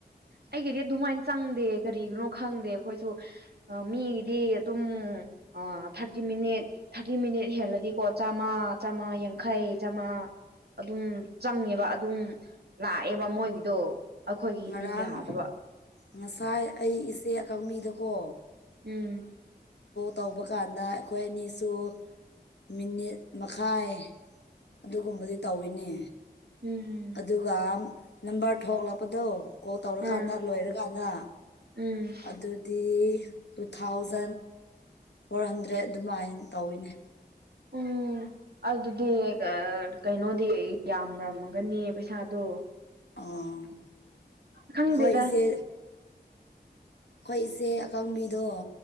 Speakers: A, on the right; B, on the left.
A: ꯑꯩꯒꯤꯗꯤꯦ ꯗꯨꯃꯥꯏ ꯏꯟ ꯆꯪꯗꯦ ꯀꯔꯤꯒꯤꯅꯣ ꯈꯪꯗꯦ ꯑꯩꯈꯣꯏꯁꯨ ꯃꯤꯒꯤꯗꯤ ꯑꯗꯨꯝ ꯑꯣ ꯊꯥꯔꯇꯤ ꯃꯤꯅꯤꯠ ꯊꯥꯔꯇꯤ ꯃꯤꯅꯤꯠ ꯍꯦꯜꯂꯗꯤꯀꯣ ꯆꯥꯝꯃꯥ ꯆꯥꯝꯃꯥ ꯌꯥꯡꯈꯩ ꯆꯥꯝꯃꯉꯥ ꯑꯗꯨꯝ ꯆꯪꯉꯦꯕ ꯑꯗꯨꯝ ꯂꯥꯛꯑꯦꯕ ꯃꯣꯏꯒꯤꯗꯣ ꯑꯩꯈꯣꯏꯒꯤꯗꯤ
B: ꯉꯔꯥꯡ
A: ꯌꯥꯗꯕ
B: ꯉꯁꯥꯏ ꯑꯩ ꯏꯆꯦ ꯑꯀꯪꯕꯤꯗꯀꯣ
A: ꯎꯝ
B: ꯇꯧꯕ ꯀꯥꯟꯗ ꯑꯩꯈꯣꯏ ꯑꯅꯤꯁꯨ ꯃꯤꯅꯤꯠ ꯃꯈꯥꯏ ꯑꯗꯨꯒꯨꯝꯕꯗꯤ ꯇꯧꯋꯤꯅꯦ
A: ꯎꯝ
B: ꯑꯗꯨꯒ ꯅꯝꯕꯔ ꯊꯣꯛꯂꯛꯄꯗꯣ ꯀꯣ ꯇꯧꯔꯀꯥꯟꯗ
A: ꯎꯝ
B: ꯂꯣꯏꯔꯀꯥꯟꯗ
A: ꯎꯝ
B: ꯑꯗꯨꯗꯤ ꯇꯨ ꯊꯥꯎꯖꯟ ꯐꯣꯔ ꯍꯟꯗ꯭ꯔꯦꯗ ꯑꯗꯨꯃꯥꯏꯅ ꯇꯧꯋꯤꯅꯦ
A: ꯎꯝ ꯑꯗꯨꯗ ꯀꯩꯅꯣꯗꯤ ꯌꯥꯝꯔꯝꯒꯅꯤ ꯄꯩꯁꯥꯗꯣ
B: ꯑꯣ
A: ꯈꯪꯗꯦꯗ
B: ꯍꯣꯏꯁꯦ ꯑꯩꯈꯣꯏ ꯏꯆꯦ ꯑꯀꯪꯕꯤꯗꯣ